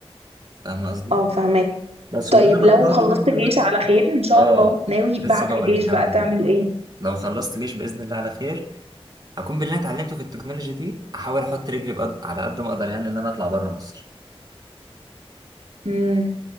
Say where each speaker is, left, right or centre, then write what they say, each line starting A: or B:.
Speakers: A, on the right (about 40°); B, on the right (about 75°).
A: فاهم قصدي؟
B: اه فهمك
A: بس
B: طيب
A: واللي أنا
B: لو
A: بطمع
B: خلصت
A: له برضه
B: جيش
A: إن أنا-
B: على خير ان شاء
A: آه
B: الله ناوي
A: لسه
B: بعد
A: بقول
B: الجيش
A: لك
B: بقى
A: أنا
B: تعمل
A: لو
B: ايه
A: لو خلصت جيش بإذن الله على خير هكون باللي أنا اتعلمته في التكنولوجي دي أحاول أحط رجلي بقد... على قد ما أقدر يعني إن أنا أطلع بره مصر
B: مم.